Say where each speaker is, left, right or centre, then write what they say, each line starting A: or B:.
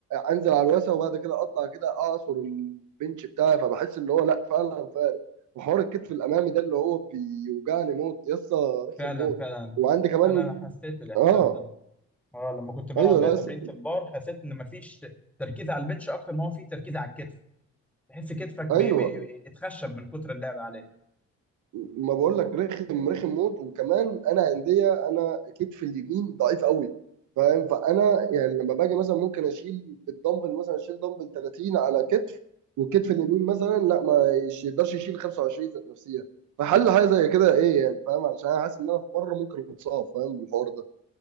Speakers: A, on the right; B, in the centre.
A: انزل على الواسع وبعد كده اطلع كده اعصر البنش بتاعي فبحس اللي هو لا فعلا وحوار الكتف الامامي ده اللي هو بيوجعني موت يسطا رخم
B: فعلا
A: موت
B: فعلا
A: وعندي كمان
B: انا حسيت الاحساس
A: اه
B: ده اه لما كنت بلعب
A: ايوه لا يس-
B: تمرينة البار حسيت ان مفيش تركيز على البنش اكتر ما هو في تركيز على الكتف تحس كتفك
A: ايوه
B: بي- بي- بيتخشب من كتر اللعب عليه
A: ما بقول لك رخم رخم موت وكمان انا عندي انا كتف اليمين ضعيف قوي فاهم فانا يعني لما باجي مثلا ممكن اشيل بالدمبل مثلا اشيل دمبل 30 على كتف والكتف اليمين مثلا لا ما يش- يقدرش يشيل 25 ذات نفسيا فحل حاجه زي كده ايه يعني فاهم علشان انا حاسس ان انا في مره ممكن اتصاب فاهم بالحوار ده